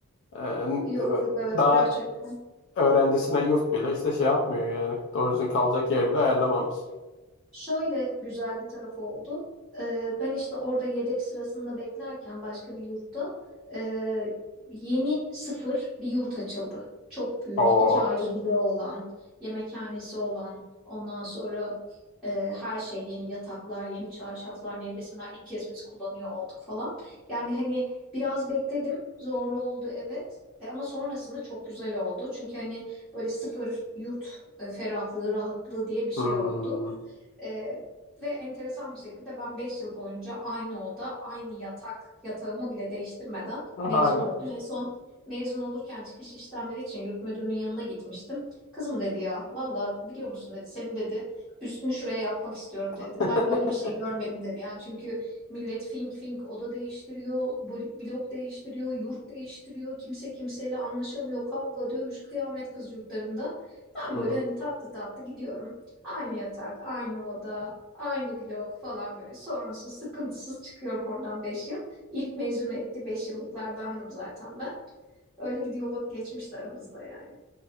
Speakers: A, on the left; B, in the centre.
A: Ee,
B: Yok yok evet
A: daha
B: gerçekten.
A: öğrencisine yurt bile işte şey yapmıyor yani. Doğru düzgün kalacak yer bile ayarlamamış.
B: Şöyle güzel bir tarafı oldu. Ee, ben işte orada yedek sırasında beklerken başka bir yurtta e, yeni sıfır bir yurt açıldı. Çok büyük,
A: O.
B: iki ayrı bloğu olan, yemekhanesi olan, ondan sonra e, her şey yeni yataklar, yeni çarşaflar, nevresimler ilk kez biz kullanıyor olduk falan. Yani hani biraz bekledim, zorlu oldu evet. E, ama sonrasında çok güzel oldu. Çünkü hani böyle sıfır yurt e, ferahlığı, rahatlığı diye bir şey
A: Hmm.
B: oldu. Ee, ve enteresan bir şekilde ben 5 yıl boyunca aynı oda, aynı yatak, yatağımı bile değiştirmeden
A: Vay
B: mezun
A: be.
B: oldum. En son mezun olurken çıkış işlemleri için yurt müdürünün yanına gitmiştim. Kızım dedi ya, valla biliyor musun dedi, seni dedi, büstünü şuraya yapmak istiyorum dedi.
A: <laughs>
B: Ben böyle bir şey görmedim dedi. Yani çünkü millet fink fink oda değiştiriyor, blok değiştiriyor, yurt değiştiriyor. Kimse kimseyle anlaşamıyor, kavga, dövüş, kıyamet kız yurtlarında. Ben
A: Hmm.
B: böyle hani tatlı tatlı gidiyorum. Aynı yatak, aynı oda, aynı blok falan böyle. Sorunsuz, sıkıntısız çıkıyorum oradan beş yıl. İlk mezun etti 5 yıllıklardandım zaten ben. Öyle bir diyalog geçmişti aramızda yani.